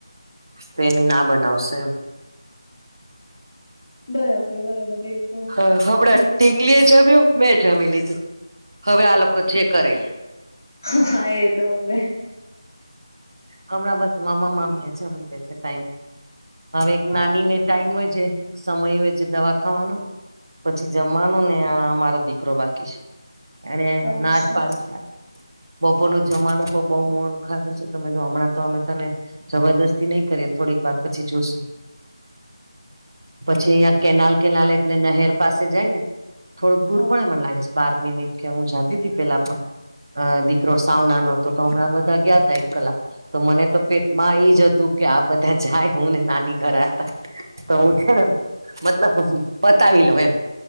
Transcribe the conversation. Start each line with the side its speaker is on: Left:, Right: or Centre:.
Right: તો એની ના બનાવશે એમ
Left: બરાબર બરાબર તો
Right: હ હડા
Left: ઠીક
Right: ટીંગલીએ જમ્યો મેં જમી લીધું. હવે આ લોકો છે કરે
Left: હ એ તો હવે
Right: હમણાં બસ મામા મામ ટ હવે એક
Left: હા
Right: નાનીને ટાઈમ હોય છે સમય હોય છે દવા ખાવાનો પછી જમવાનું ને આ મારો દીકરો બાકી છે. એ
Left: અચ્છા
Right: નાચ પાડ છે આ બપોર નું જમાનું તો બઉ મોડું ખાધું છે તમે જો હમણાં તો અમે તને જબરદસ્તી નહી કરીએ થોડીક વાર પછી જોઈશું. પછી અહિયાં કેનાલ કેનાલ એટલે નહેર પાસે જાય ને થોડુંક દૂર
Left: હા
Right: પડે એ મને લાગે છે. બાર મિનિટ કે હું જાતી ત પેલા પણ દીકરો સાવ ના ન હતો તો હમણાં બધા ગયા હતા એક કલાક તો મને તો પેટમાં એ જ હતું કે આ બધા જાય હું ને નાની ઘ હતા તો હું છે ને મતલબ પતાવી લઉ એમ